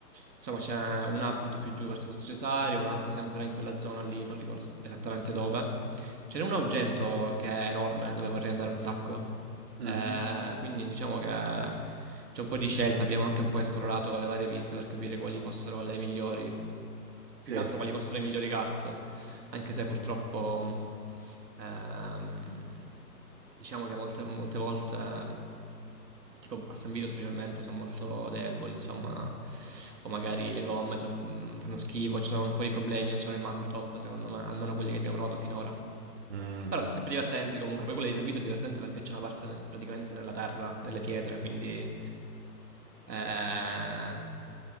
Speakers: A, on the right (about 80°); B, on the right (about 40°).
A: Insomma, c'è una appunto più giù verso Pozzo Cesario, un'altra sempre in quella zona lì, non ricordo es- esattamente dove. Ce n'è un Augento che è enorme, dove vorrei andare un sacco.
B: Mhm.
A: Eh, quindi diciamo che c'è un po' di scelta, abbiamo anche un po' esplorato le varie piste per capire quali fossero le migliori
B: Sì.
A: più che altro quali fossero le migliori carte, anche se purtroppo mm, ehm, diciamo che molte, molte volte tipo a San Vito specialmente sono molto deboli, insomma, o magari le gomme so- fanno schifo, ci sono un po' di problemi, non sono il, il top secondo me, almeno quelli che abbiamo provato finora.
B: Mm.
A: Però sono sempre divertenti comunque. Poi quella di San Vito è divertente perché c'è una parte nel- praticamente nella terra, nelle pietre, quindi... eh,